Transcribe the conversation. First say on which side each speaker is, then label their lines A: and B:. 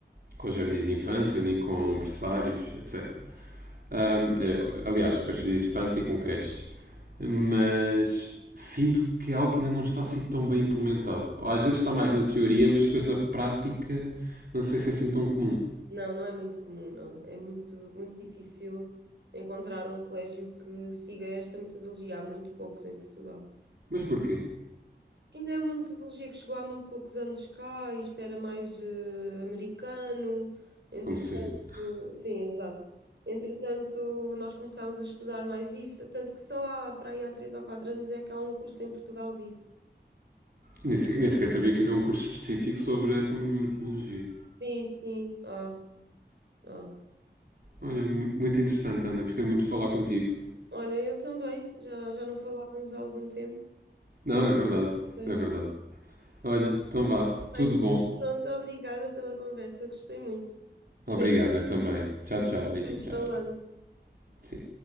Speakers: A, on the right; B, on the right.
A: com jardins de infância, nem com berçários, etc. Ahm, é, aliás, com jardins de infância e com creches. Mas sinto que é algo que ainda não está assim tão bem implementado. Ou às vezes está mais na teoria, mas depois na prática não sei se é assim tão comum.
B: Não, não é muito comum, não. É muito, muito difícil encontrar um colégio que siga esta metodologia. Há muito poucos em Portugal.
A: Mas porquê?
B: Que Ainda é uma metodologia que chegou há muito poucos anos cá, isto era mais eh, americano, entretanto,
A: Como sempre.
B: sim, exato. Entretanto, nós começámos a estudar mais isso, tanto que só há, para aí há três ou quatro anos é que há um curso em Portugal disso.
A: Nem sequer, nem sequer sabia que havia um curso específico sobre essa metodologia.
B: Sim, sim, ah, ah.
A: Olha, muito, muito interessante, Ana. Gostei muito de falar contigo.
B: Olha, eu também, já, já não falávamos há algum tempo.
A: Não, é verdade.
B: Sim.
A: É verdade. Olha, então vá.
B: Bem,
A: Tudo bom.
B: pronto, obrigada pela conversa, gostei muito. Beijinhos,
A: Obrigado, eu também. Tchau, tchau. Beijinho.
B: estamos
A: Tchau,
B: falando.
A: tchau. Sim.